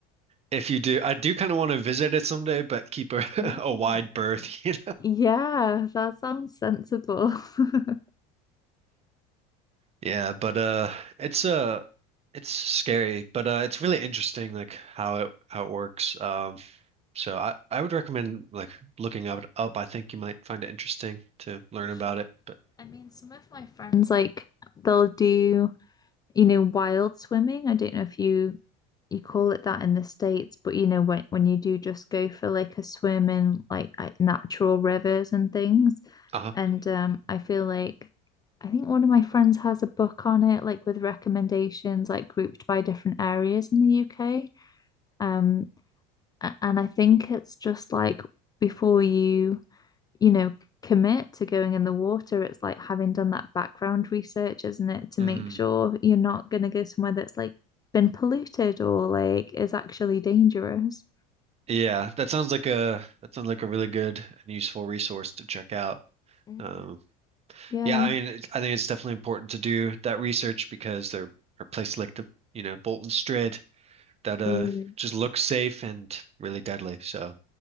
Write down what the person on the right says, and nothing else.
if you do, I do kind of want to visit it someday, but keep a,
<laughs> a wide berth, <laughs> you
Yeah, but uh it's uh it's scary, but uh it's really interesting like how it how it works. Um so I I would recommend like looking up up. I think you might find it interesting to learn
about it. But
uh-huh.
Mm.
Yeah, that sounds like a that sounds like a really good and useful resource to check out.
Um
yeah, I mean it's, I think it's definitely important to do that research because there are places like the you know Bolton Strid that uh
just look safe and really deadly. So